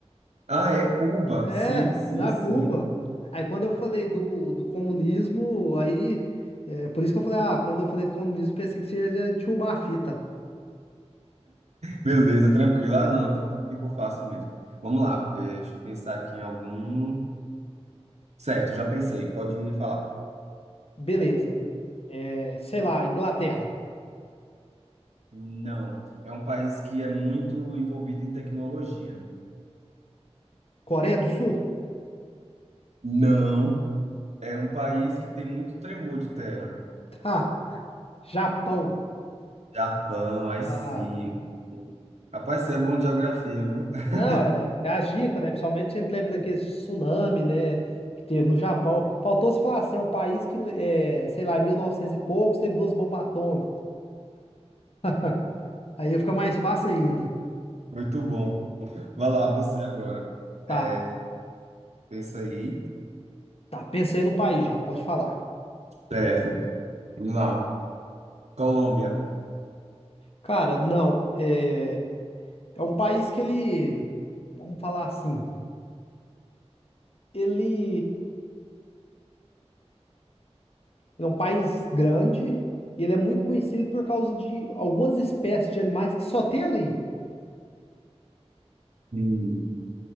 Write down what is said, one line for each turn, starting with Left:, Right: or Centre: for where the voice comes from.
Right: ah, é Cuba,
Left: É,
Right: sim, sim,
Left: na
Right: sim,
Left: Cuba. Aí quando eu falei do, do comunismo, aí. É, por isso que eu falei, ah, quando eu falei do comunismo, pensei que seria de roubar a fita.
Right: Beleza, tranquilo. Ah, não, então tá- ficou fácil mesmo. Vamos lá, eh, deixa eu pensar aqui em algum. Certo, já pensei, pode falar.
Left: Beleza. É, sei lá, Inglaterra.
Right: Não, é um país que é muito envolvido em tecnologia.
Left: Coreia do Sul? <laughs>
Right: Não, é um país que tem muito tremor de terra.
Left: Tá. Japão.
Right: Japão, aí
Left: Ah.
Right: sim. Rapaz, você é bom de geografia, viu? <laughs>
Left: Não, é, é a dica, né? Principalmente a gente lembra daquele tsunami, né? Que teve no Japão. Faltou se falar assim, é um país que, é, sei lá, em 1900 e poucos teve duas bombas atômicas. <laughs> Aí fica mais fácil ainda.
Right: Muito bom. Vai lá, você agora.
Left: Tá,
Right: É, pensa aí.
Left: tá. Pensei num país já, pode falar.
Right: Certo, vamos lá. Colômbia.
Left: Cara, não, é, é um país que ele, vamos falar assim, ele é um país grande e ele é muito conhecido por causa de algumas espécies de animais que só tem ali.
Right: Hum.